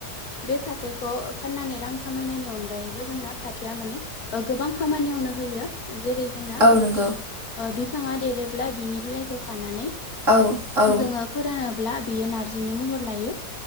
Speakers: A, on the left; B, on the right.
A: बे फाथोखौ फाननानै रां खामायनायनि अनगायैबो जोंना फाथोवा गोबां खामानियावनो होयो जेरै जोंना
B: औ नंगौ
A: बिफाङा देरोब्ला बिनि बिलाइखौ खानानै
B: औ औ
A: जोङो फोरानोब्ला बियो नारजिनि महर लायो